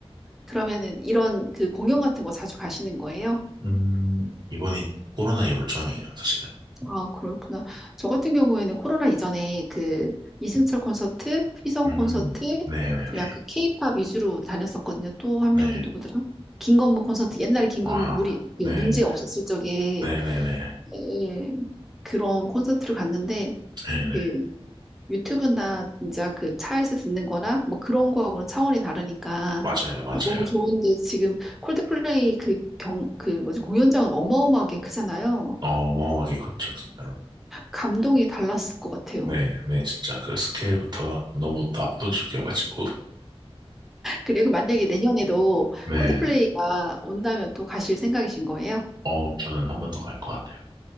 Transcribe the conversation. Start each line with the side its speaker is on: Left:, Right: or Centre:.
Centre: 그러면은 이런 그 공연 같은 거 자주 가시는 거예요?
Right: 음, 이번이 코로나 이후로 처음이에요, 사실은.
Centre: 아, 그렇구나. 저 같은 경우에는 코로나 이전에 그 이승철 콘서트, 휘성
Right: 음,
Centre: 콘서트, 좀
Right: 네네네.
Centre: 약간 케이팝 위주로 다녔었거든요. 또 한
Right: 네.
Centre: 명이 누구더라? 김건모 콘서트, 옛날에 김건모
Right: 아,
Centre: 우리 그
Right: 네.
Centre: 문제 없었을 적에
Right: 네네네.
Centre: 예, 그런 콘서트를 갔는데
Right: 네네.
Centre: 그 유튜브나 진짜 그 차에서 듣는 거나 뭐 그런 거하고는 차원이 다르니까
Right: 맞아요, 맞아요.
Centre: 어, 너무 좋은데 지금 콜드플레이 그 경, 그 뭐지 공연장은 어마어마하게 크잖아요.
Right: 어마어마하게 컸죠, 진짜로.
Centre: 감동이 달랐을 것 같아요.
Right: 네, 네, 진짜 그 스케일부터가 너무 압도적이어가지고,
Centre: 그리고 만약에 내년에도
Right: 네,
Centre: 콜드플레이가 온다면 또 가실 생각이신 거예요?
Right: 어, 저는 한 번 더 갈 것 같아요.